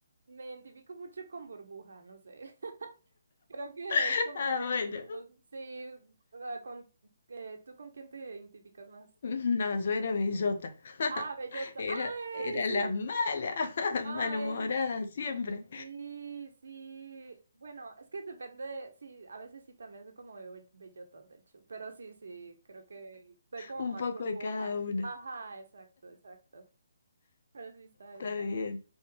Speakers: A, on the right; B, on the left.
A: me identifico mucho con Burbuja, no sé. Creo que
B: <laughs>
A: es como,
B: Ah, bueno.
A: sí, ah, con, eh, ¿tú con quién te identificas más?
B: No, yo era bellota.
A: Ah, bellota.
B: Era,
A: Ay,
B: era
A: sí.
B: la mala, <laughs>
A: Ay,
B: malhumorada siempre.
A: sí, sí. Bueno, es que depende, de- sí, a veces sí también soy como be- bellota, de hecho, pero sí, sí, creo que soy como
B: Un
A: más
B: poco
A: burbuja.
B: de cada una.
A: Ajá, exacto, exacto. Pero sí está,
B: Está
A: está.
B: bien.